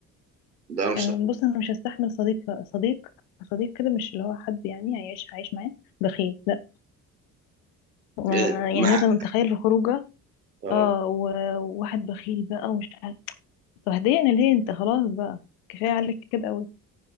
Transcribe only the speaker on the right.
ده انا بصراحة
يعني مع
اه